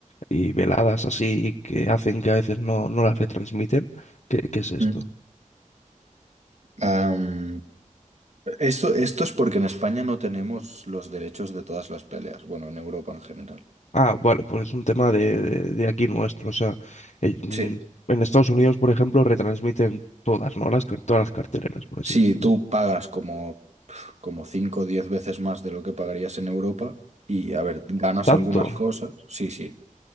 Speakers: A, on the left; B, on the right.
A: y veladas así que hacen que a veces no, no las retransmiten, ¿qué, qué es esto?
B: Mm. Am, Esto, esto es porque en España no tenemos los derechos de todas las peleas, bueno, en Europa en general.
A: Ah, vale, pues es un tema de, de- de aquí nuestro. O sea, eh, mm,
B: Sí.
A: en Estados Unidos, por ejemplo, retransmiten todas, ¿no? Las, car- todas las carteleras, por así
B: Sí,
A: decirlo.
B: tú pagas como, como 5 o 10 veces más de lo que pagarías en Europa y, a ver, ganas
A: ¿Tanto?
B: algunas cosas. Sí, sí.